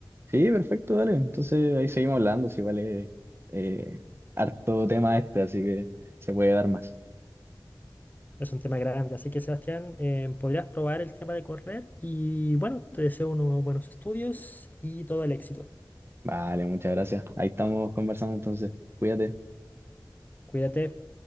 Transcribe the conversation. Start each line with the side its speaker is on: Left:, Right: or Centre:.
Right: Sí, perfecto, dale. Entonces ahí seguimos hablando, si vale eh, harto tema este, así que se puede dar más.
Left: Es un tema grande, así que Sebastián, eh, podrías probar el tema de correr y bueno, te deseo unos buenos estudios y todo el éxito.
Right: Vale, muchas gracias. Ahí estamos conversando entonces. Cuídate.
Left: Cuídate.